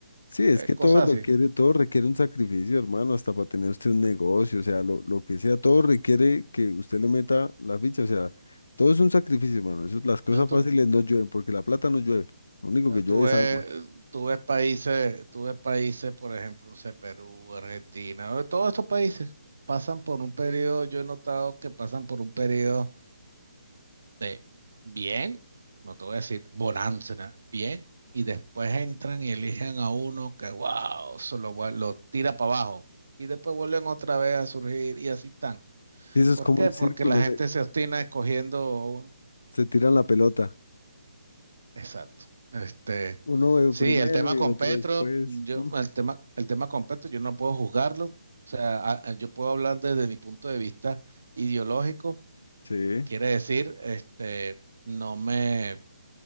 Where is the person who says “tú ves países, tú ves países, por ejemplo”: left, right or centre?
Right